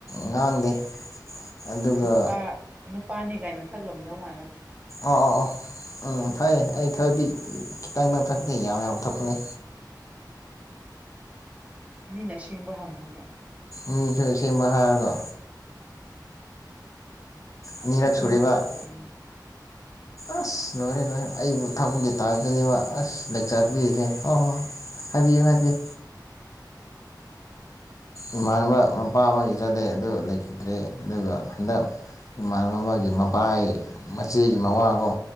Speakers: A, on the left; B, on the right.
A: ꯉꯥꯡꯗꯦ ꯑꯗꯨꯒ
B: ꯅꯨꯄꯥ ꯅꯨꯄꯥꯅꯤ ꯀꯥꯏꯅ ꯊꯥꯛꯂꯝꯗꯧ ꯃꯥꯜꯂꯦ
A: ꯑ ꯑ ꯑ ꯎꯝ ꯐꯩ ꯑꯩ ꯊꯕꯗꯤ ꯈꯤꯇꯪ ꯅꯪꯊꯛꯇ ꯌꯥꯝ ꯌꯥꯝ ꯊꯣꯛꯄꯅꯦ
B: ꯃꯤꯅ ꯁꯤꯡꯕ ꯍꯪꯂꯅꯕ
A: ꯃꯤꯁꯨ ꯁꯦꯝꯦꯡꯕ ꯍꯥꯏꯔꯒ ꯑꯅꯤꯔꯛ
B: ꯊꯛꯀꯅꯨ
A: ꯁꯨꯔꯦꯕ
B: ꯐꯠꯇꯕꯅꯦ
A: ꯑꯁ ꯂꯣꯏꯔꯦ ꯂꯣꯏꯔꯦ ꯑꯩꯕꯨ ꯊꯕꯄꯕꯨꯗꯤ ꯇꯥꯗꯅꯦꯕ ꯑꯁ ꯂꯦꯛ ꯆꯥ ꯄꯔꯤꯁꯦ ꯍꯣꯏ ꯍꯣꯏ ꯍꯣꯏ ꯍꯥꯏꯕꯤꯌꯨ ꯍꯥꯏꯕꯤꯌꯨ ꯏꯃꯥꯟꯅꯕ ꯃꯄꯥ ꯑꯃꯒꯤ ꯆꯠꯂꯦ ꯑꯗꯨ ꯂꯩꯈꯤꯗ꯭ꯔꯦ ꯑꯗꯨꯒ ꯍꯟꯗꯛ ꯏꯃꯥꯟꯅꯕ ꯑꯃꯒꯤ ꯃꯕꯥꯏ ꯃꯆꯦꯒꯤ ꯃꯋꯥꯒꯣ